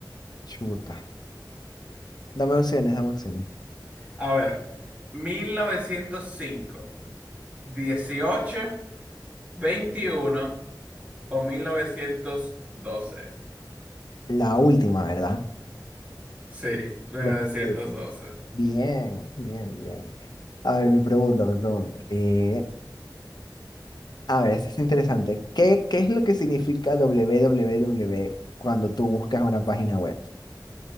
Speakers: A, on the left; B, on the right.
A: Chuta. Dame opciones, dame opciones.
B: A ver, mil novecientos cinco dieciocho 21 o mil novecientos doce
A: La última, ¿verdad?
B: Sí, mil
A: Creo
B: novecientos
A: que sí.
B: doce
A: Bien, bien, bien. A ver, mi pregunta, mi pregunta. Eh, A ver, esto es interesante. ¿Qué, qué es lo que significa www cuando tú buscas una página web?